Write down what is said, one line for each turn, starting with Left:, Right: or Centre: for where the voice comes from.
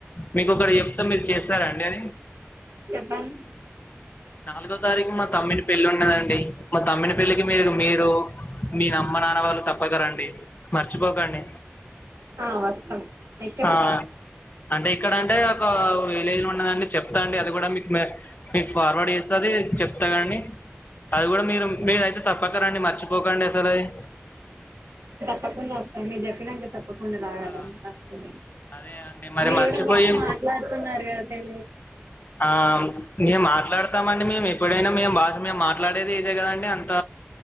Left: మీకు ఒకరు చెప్తే మీరు చేస్తారండి. అది
Right: చెప్పాలి
Left: నాలుగో తారీఖు మా తమ్మిని పెళ్లి ఉంన్నదండి. మా తమ్ని పెళ్లికి మీరు మీరు మీ అమ్మ నాన్న వాళ్ళు తప్పక రండి. మర్చిపోకండి.
Right: ఆ వస్తాం ఎక్కడ
Left: ఆ అంటే ఇక్కడ అంటే ఒక ఏలేను ఉన్నదండి చెప్తా అండి అది కూడా మీకు మే ఫార్వర్డ్ చేస్తది చెప్తా కండి అది కూడా మీరు మీరు అయితే తప్పక రండి. మర్చిపోకండి అసలు అది.
Right: పప్పవస్తుం మీరు తినండి తప్పకుండా రాగలం
Left: ఆ
Right: కాస్త
Left: అదే అండి మరి
Right: మీ
Left: మర్చిపోయి
Right: కూడా బాగా మాట్లాడుతున్నారు కద
Left: ఆ మేము మాట్లాడతామండి మేము ఎప్పుడైనా మేము భాష మేము మాట్లాడేదే ఇదే కదండి. అంత